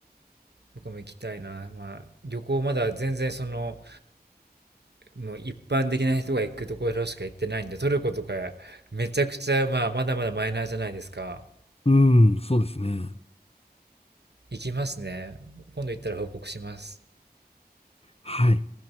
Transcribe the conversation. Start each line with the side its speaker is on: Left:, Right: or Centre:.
Right: 僕も行きたいな。まあ、旅行まだ全然その、もう一般的な人が行くところしか行ってないんで、トルコとかめちゃくちゃ、まあ、まだまだマイナーじゃないですか。
Left: うん、そうですね。
Right: 行きますね。今度行ったら報告します。
Left: はい。